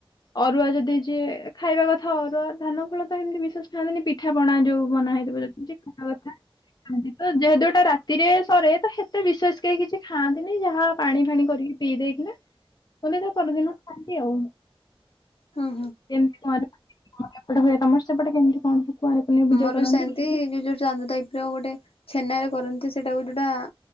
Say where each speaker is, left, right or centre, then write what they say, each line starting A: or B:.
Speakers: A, on the left (about 45°); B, on the left (about 70°).
A: ଅରୁଆ ଯଦି ଯିଏ ଖାଇବା କଥା ଅରୁଆ ଧାନ ଫଳ ତ ଏମିତି ବିଶେଷ ଖାଆନ୍ତିନି। ପିଠା ପଣା ଯୋଉ ବନା ହେଇଥିବ ଯଦି ଯିଏ ଖାଇବା କଥା ଖାଆନ୍ତି ତ, ଯେହେତୁ ଏଟା ରାତିରେ ସରେ ତ ସେତେ ବିଶେଷ କେଇ କିଛି ଖାଆନ୍ତିନି। ଯାହା ପାଣି ଫାଣି କରିକି ପିଇ ଦେଇକିନା। କୁହନ୍ତି ଏଟା ପରଦିନ ଖାଆନ୍ତି ଆଉ।
B: ହଁ।
A: କେମତି କୁଆଁର <inaudible> ଆମର ତ ଏପଟେ ହୁଏ। ତୋମର ସେପଟେ କେମିତି କଣ କୁଆଁର ପୁନେଇ ପୂଜା
B: <inaudible>
A: କରନ୍ତି?
B: ସେମତି ଯିଏ ଯୋଉ ଚାନ୍ଦ ଟାଇପ୍ ର ଗୋଟେ ଛେନାରେ କରନ୍ତି ସେଟା ଗୁଟେ ଟା